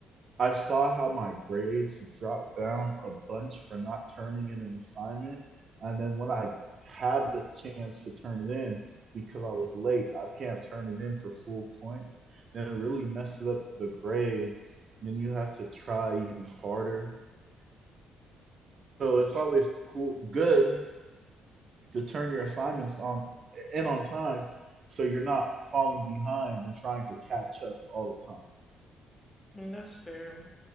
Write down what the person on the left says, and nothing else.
Mm, That's fair.